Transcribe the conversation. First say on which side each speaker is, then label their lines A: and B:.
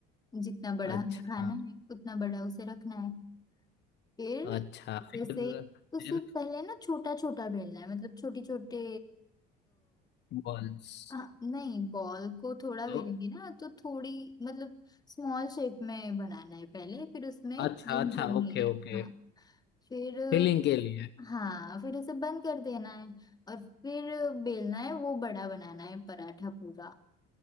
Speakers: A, on the left (about 20°); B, on the left (about 55°).
A: जितना बड़ा
B: अच्छा
A: हमें खाना है उतना बड़ा उसे रखना है फिर
B: अच्छा फिर
A: जैसे उसे
B: फिर
A: पहले ना छोटा छोटा बेलना है मतलब छोटी छोटे
B: बॉल्स
A: हाँ नहीं बॉल को थोड़ा बेलेंगे
B: तो
A: ना तो थोड़ी मतलब स्मॉल शेप में बनाना है पहले फिर उसमें
B: अच्छा
A: फिलिंग
B: अच्छा
A: भरनी
B: ओके
A: है
B: ओके
A: हाँ फिर
B: फिलिंग के लिए
A: हाँ फिर उसे बंद कर देना है और फिर बेलना है वो बड़ा बनाना है पराठा पूरा